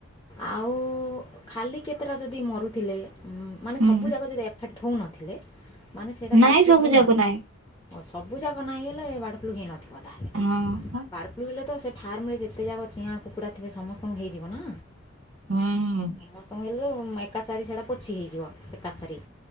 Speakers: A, on the left; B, on the right.
A: ଆଉ ଖାଲି କେତେଟା ଯଦି ମରୁଥିଲେ। ମାନେ
B: ହୁଁ
A: ସବୁ ଯାକ ଯଦି ଏଫେକ୍ଟ ହେଉନଥିଲେ। ମାନେ ସେଇଟା
B: ନାଇଁ
A: ବାର୍ଡ଼ ଫ୍ଲୁ
B: ସବୁ
A: ହେଇନଥିବ
B: ଯାକ ନାଇଁ
A: ଓ ସବୁ ଯାକ ନାହିଁଗଲେ ବାର୍ଡ଼ ଫ୍ଲୁ ହେଇନଥିବ ତାହେଲେ।
B: ହଁ
A: ବାର୍ଡ ଫ୍ଲୁ ହେଲେ ତ ସେ ଫାର୍ମରେ ଯେତେ ଯାକ ଚିଆଁ କୁକୁଡ଼ା ଥିବ ସମସ୍ତଙ୍କୁ ହେଇଯିବ ନା।
B: ହୁଁ।
A: ସମସ୍ତଙ୍କୁ ହେଲେ ମୋ ଏକାସାରି ସେଟା ପୋଛି ହେଇଯିବ ଏକାସାରି।